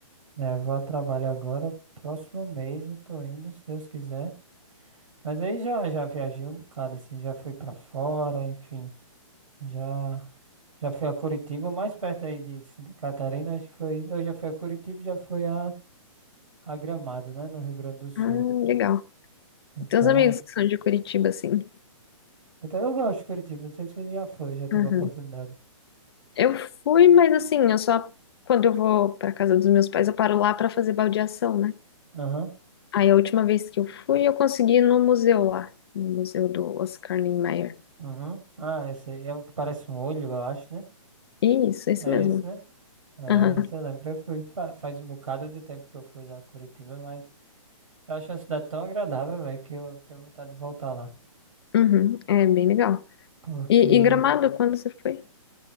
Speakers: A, on the right; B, on the left.
A: É, vou a trabalho agora. Próximo mês eu tô indo, se Deus quiser. Mas aí já, já viajei um bocado, assim, já fui pra fora, enfim. Já, já fui a Curitiba, mais perto aí de Santa Catarina, acho que foi. Eu já fui a Curitiba e já fui a, a Gramado, né, no Rio Grande do Sul.
B: Ah, legal.
A: Então,
B: Tem uns amigos que são de Curitiba, assim.
A: então eu gosto de Curitiba, não sei se você já foi, já teve
B: Uhum.
A: a oportunidade.
B: Eu fui, mas assim, eu só quando eu vou pra casa dos meus pais, eu paro lá pra fazer baldeação, né?
A: Aham,
B: Aí a última vez que eu fui, eu consegui ir no museu lá, no museu do Oscar Niemeyer.
A: aham. Ah, esse aí é o que parece um olho, eu acho, né?
B: Isso, esse
A: É
B: mesmo.
A: esse, né? É,
B: Aham.
A: isso eu lembro. Eu fui, fa- faz um bocado de tempo que eu fui a Curitiba, mas eu acho uma cidade tão agradável, velho, que eu tenho vontade de voltar lá.
B: Uhum. É bem legal.
A: Porque
B: E, e Gramado, quando você foi?